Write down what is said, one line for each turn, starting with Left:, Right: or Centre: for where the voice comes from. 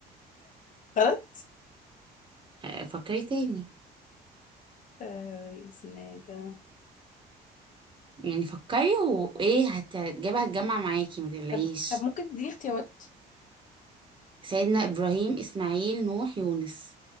Left: غلط
Right: آه، فكري تاني
Left: آه اسمه ده
Right: يعني فكري وإيه هت- الإجابة هتجمع معاكي ما تقلقيش
Left: طب طب ممكن تديني اختيارات
Right: سيدنا إبراهيم إسماعيل نوح يونس